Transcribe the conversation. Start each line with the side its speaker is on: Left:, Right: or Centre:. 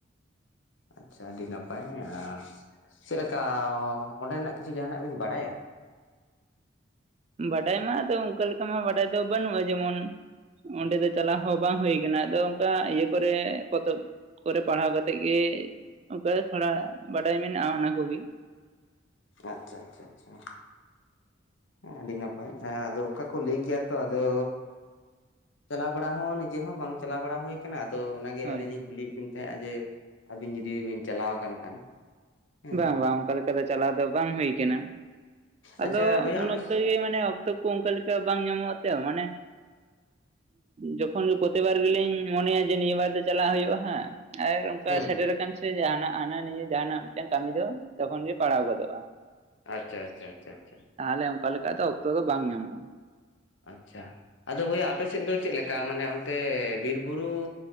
Left: ᱟᱪᱪᱷᱟ ᱟᱹᱰᱤ ᱱᱟᱯᱟᱭ ᱟᱨ ᱪᱮᱫᱞᱮᱠᱟ ᱚᱸᱰᱮᱱᱟᱜ ᱠᱤᱪᱷᱩ ᱡᱟᱦᱟᱱᱟᱜ ᱵᱤᱱ ᱵᱟᱲᱟᱭᱟ?
Right: ᱵᱟᱰᱟᱭ ᱢᱟ ᱟᱫᱚ ᱚᱱᱠᱟ ᱞᱮᱠᱟ ᱢᱟ ᱵᱟᱰᱟᱭ ᱫᱚ ᱵᱟᱹᱱᱩᱜᱼᱟ ᱡᱮᱢᱚᱱ ᱚᱸᱰᱮ ᱫᱚ ᱪᱟᱞᱟᱣ ᱦᱚᱸ ᱵᱟᱝ ᱦᱩᱭ ᱟᱠᱟᱱᱟ ᱟᱫᱚ ᱚᱱᱠᱟ ᱤᱭᱟᱹ ᱠᱚᱨᱮ ᱯᱚᱛᱚᱵ ᱠᱚᱨᱮ ᱯᱟᱲᱦᱟᱣ ᱠᱟᱛᱮᱜ ᱜᱮ ᱚᱱᱠᱟ ᱛᱷᱚᱲᱟ ᱵᱟᱰᱟᱭ ᱢᱮᱱᱟᱜᱼᱟ ᱚᱱᱟ ᱠᱚᱜᱮ᱾
Left: ᱟᱪᱪᱷᱟ ᱟᱪᱪᱷᱟ ᱟᱪᱪᱷᱟ ᱦᱮᱸ ᱟᱹᱰᱤ ᱱᱟᱯᱟᱭ᱾ ᱦᱮ ᱟᱫᱚ ᱚᱱᱠᱟ ᱠᱚ ᱞᱟᱹᱭ ᱜᱮᱭᱟ ᱛᱚ ᱟᱫᱚ ᱪᱟᱞᱟᱣ ᱵᱟᱲᱟ ᱦᱚᱸ ᱱᱤᱡᱮ ᱦᱚᱸ ᱵᱟᱝ ᱪᱟᱞᱟᱣ ᱵᱟᱲᱟ ᱦᱩᱭ ᱟᱠᱟᱱᱟ ᱟᱫᱚ ᱚᱱᱟᱜᱮ
Right: ᱦᱳᱭ
Left: ᱜᱮ ᱟᱹᱞᱤᱧ ᱞᱤᱧ
Right: ᱦᱳᱭ
Left: ᱠᱩᱞᱤᱭᱮᱫ ᱵᱤᱱ ᱛᱟᱦᱮᱸᱜᱼᱟ ᱡᱮ ᱟᱹᱵᱤᱱ ᱡᱩᱫᱤ ᱵᱤᱱ ᱪᱟᱞᱟᱣ ᱟᱠᱟᱱ ᱠᱷᱟᱱ᱾ ᱦᱮᱸ
Right: ᱵᱟᱝ ᱵᱟᱝ ᱚᱱᱠᱟ ᱞᱮᱠᱟ ᱫᱚ ᱪᱟᱞᱟᱣ ᱫᱚ ᱵᱟᱝ ᱦᱩᱭ ᱠᱟᱱᱟ ᱟᱫᱚ
Left: ᱟᱪᱪᱷᱟ ᱵᱚᱭᱦᱟ
Right: ᱩᱱ
Left: ᱟᱯᱮ
Right: ᱚᱠᱛᱚ ᱜᱮ ᱢᱟᱱᱮ ᱚᱠᱛᱚ ᱠᱩ ᱚᱱᱠᱟ ᱞᱮᱠᱟ ᱵᱟᱝ ᱧᱟᱢᱚᱜᱼᱟ ᱛᱮ ᱢᱟᱱᱮ ᱡᱚᱠᱷᱚᱱ ᱜᱮ ᱯᱨᱚᱛᱤᱵᱟᱨ ᱜᱮᱞᱤᱧ ᱢᱚᱱᱮᱭᱟ ᱡᱮ ᱱᱤᱭᱟᱹ ᱵᱟᱨ ᱫᱚ ᱪᱟᱞᱟᱜ ᱦᱩᱭᱩᱜᱼᱟ ᱦᱟᱸᱜ᱾ ᱟᱨ ᱚᱱᱠᱟ
Left: ᱦᱮᱸ
Right: ᱥᱮᱴᱮᱨ ᱟᱠᱟᱱ ᱥᱮ ᱡᱟᱦᱱᱟᱜ ᱦᱟᱱᱟ ᱱᱤᱭᱟᱹ ᱡᱟᱦᱱᱟᱜ ᱢᱤᱫᱴᱟᱝ ᱠᱟᱹᱢᱤ ᱫᱚ ᱛᱚᱠᱷᱚᱱ ᱜᱮ ᱯᱟᱲᱟᱣ ᱜᱚᱫᱚᱜᱼᱟ᱾
Left: ᱟᱪᱪᱷᱟ ᱟᱪᱷᱟ ᱟᱪᱷᱟ ᱟᱪᱷᱟ ᱟᱪᱷᱟ᱾
Right: ᱛᱟᱦᱚᱞᱮ ᱚᱝᱠᱟ ᱞᱮᱠᱟ ᱫᱚ ᱚᱠᱛᱚ ᱫᱚ ᱵᱟᱝ ᱧᱟᱢᱚᱜᱼᱟ?
Left: ᱟᱪᱪᱷᱟ᱾ ᱟᱫᱚ ᱵᱚᱭᱦᱟ ᱟᱯᱮᱥᱮᱫ ᱫᱚ ᱪᱮᱫ ᱞᱮᱠᱟ ᱢᱟᱱᱮ ᱚᱱᱛᱮ ᱵᱤᱨ ᱵᱩᱨᱩᱻ